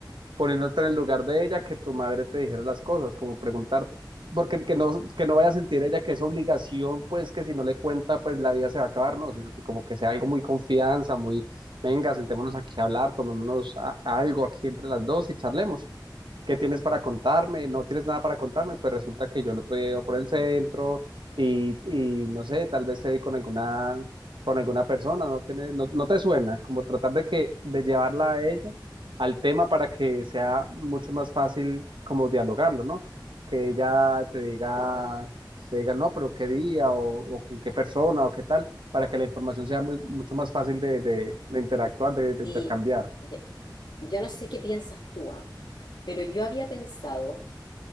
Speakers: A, on the right; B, on the left.
A: poniéndote en el lugar de ella, que tu madre te dijera las cosas, como preguntarte, porque que no, que no vaya a sentir ella que es obligación, pues que si no le cuenta, pues la vida se va a acabar, no, sino que como que sea algo muy confianza, muy, venga, sentémonos aquí a hablar, tomémonos a- algo aquí entre las dos y charlemos. ¿Qué tienes para contarme? No tienes nada para contarme, pues resulta que yo el otro día iba por el centro y, y no sé, tal vez te vi con alguna, con alguna persona, no tiene, no, no te suena, como tratar de que, de llevarla a ella al tema para que sea mucho más fácil como dialogarlo, ¿no? Que ella te diga,
B: Sí.
A: te diga, no, pero qué día o, o con qué persona o qué tal, para que la información sea muy, mucho más fácil de, de- de interactuar, de, de
B: Y
A: intercambiar.
B: yo yo no sé qué piensas tú, ah, Pero yo había pensado